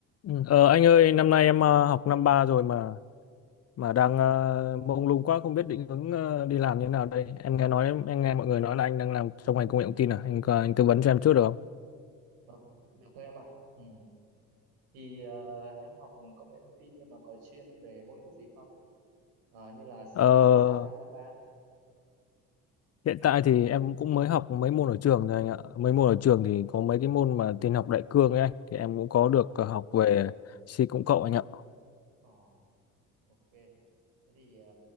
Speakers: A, on the left; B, on the right.
A: Ừ. Ờ, anh ơi, năm nay em ờ, học năm ba rồi mà mà đang ờ, mông lung quá không biết định hướng ờ, đi làm như thế nào đây. Em nghe nói em nghe mọi người nói là anh đang làm trong ngành công nghệ thông tin à? Anh có- anh tư vấn cho em chút được không?
B: Vâng, được thôi em ạ. Ừ. Thì ờ, em học công nghệ thông tin nhưng mà có chuyên về ngôn ngữ gì không? Ờ, như là C,
A: Ờ,
B: C Sharp hay Java?
A: hiện tại thì em cũng mới học mấy môn ở trường thôi anh ạ. Mấy môn ở trường thì có mấy cái môn mà tin học đại cương ấy anh thì em cũng
B: Ờ,
A: có được ờ, học về C cộng cộng anh ạ.
B: ờ, ok. Thế thì ờ,